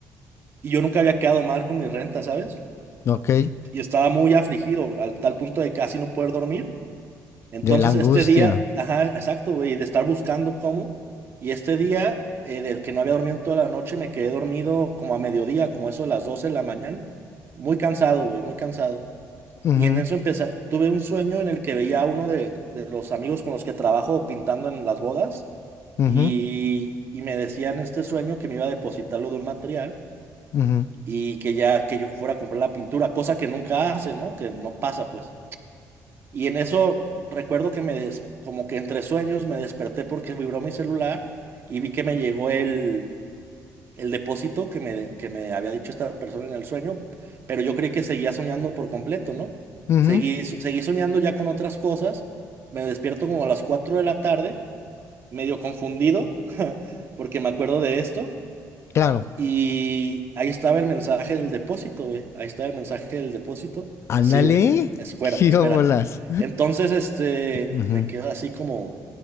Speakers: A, on the right (about 40°); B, on the left (about 45°).
A: Y yo nunca había quedado mal con mi renta, ¿sabes?
B: Ok,
A: Y estaba muy afligido, al tal punto de casi no poder dormir. Entonces
B: de la angustia.
A: este día, ajá, exacto, güey, de estar buscando cómo, y este día... eh, del que no había dormido en toda la noche, me quedé dormido como a mediodía, como eso de las 12 de la mañana. Muy cansado, güey, muy cansado.
B: Ujú,
A: Y en eso empecé, tuve un sueño en el que veía a uno de, de los amigos con los que trabajo pintando en las bodas
B: ujú,
A: y, y me decía en este sueño que me iba a depositarlo de un material
B: ujú,
A: y que ya que yo fuera a comprar la pintura, cosa que nunca hace, ¿no? Que no pasa, pues. Y en eso recuerdo que me des, como que entre sueños me desperté porque vibró mi celular y vi que me llegó el el depósito que me, de- que me había dicho esta persona en el sueño, pero yo creí que seguía soñando por completo, ¿no?
B: ujú,
A: Seguí, so- seguí soñando ya con otras cosas, me despierto como a las 4 de la tarde, medio confundido, <laughs> porque me acuerdo de esto,
B: Claro.
A: y ahí estaba el mensaje del depósito, güey. Ahí estaba el mensaje del depósito.
B: Ándale,
A: Eh, sí, güey. Espera,
B: <laughs> qué
A: espera.
B: bolas.
A: Entonces, este,
B: Ujú,
A: me quedo así como,